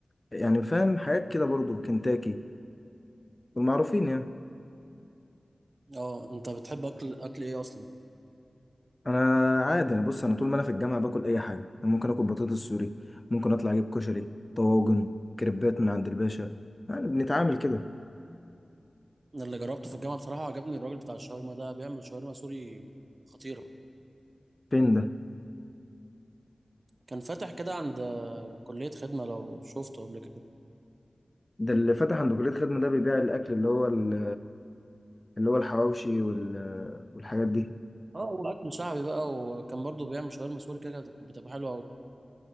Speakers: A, on the left; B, on the right.
A: يعني فاهم حاجات كده برضو كنتاكي والمعروفين يعني
B: أه أنت بتحب أكل أكل إيه أصلا؟
A: انا عادي يعني بص انا طول ما انا في الجامعه باكل اي حاجه أنا ممكن اكل بطاطس سوري ممكن اطلع اجيب كشري طواجن كريبات من عند الباشا يعني بنتعامل كده
B: أنا اللي جربته في الجامعة بصراحة عجبني الراجل بتاع الشاورما ده بيعمل شاورما سوري خطيرة
A: فين ده
B: كان فاتح كده عند كلية خدمة لو شفته قبل كده
A: ده اللي فتح عند كليه خدمه ده بيبيع الاكل اللي هو ال- اللي هو الحواوشي وال- والحاجات دي
B: اه هو أكل شعبي بقى وكان برضه بيعمل شاورما سوري كده كانت بتبقى حلوة أوي.